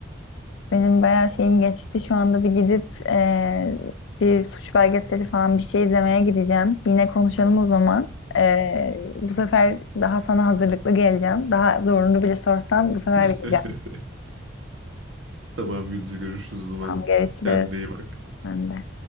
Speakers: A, on the left (about 75°); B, on the right (about 75°).
A: Benim bayağı şeyim geçti. Şu anda bir gidip e, bir suç belgeseli falan bir şey izlemeye gideceğim. Yine konuşalım o zaman. E, bu sefer daha sana hazırlıklı geleceğim. Daha zorunu bile sorsam bu sefer
B: <laughs>
A: bileceğim.
B: Tamam Gülce görüşürüz o zaman.
A: Tamam, görüşürüz.
B: Kendine iyi bak.
A: Ben de.